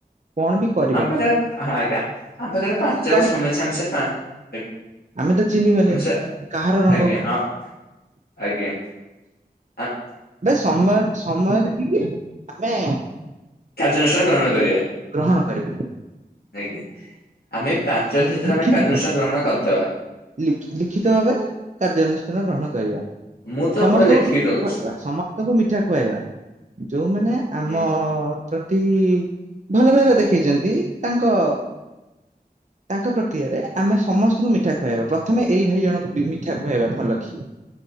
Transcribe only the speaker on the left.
ଆମ ପାଖରେ ହଁ ଆଜ୍ଞା । ଆମ ପାଖରେ ପାଞ୍ଚଟା
ବା ସମୟ ଅଛି ଆମେ ସେ ପାଞ୍ଚ
ଆଜ୍ଞା।
ଆଜ୍ଞା
ହଁ ଆଜ୍ଞା। ଆଁ।
କାର୍ଯ୍ୟାନୁଷ୍ଠାନ ଗ୍ରହଣ କରିବା।
ଆଜ୍ଞା ଆମେ ପାଞ୍ଚ ବର୍ଷ ଭିତରେ
ଆମେ କାର୍ଯ୍ୟାନୁଷ୍ଠାନ
ଗ୍ରହଣ କରିଦବା
ମୁଁ ତ
ପୁରା ଲେଖିକି
ଦଉଛିି।
ହୁଁ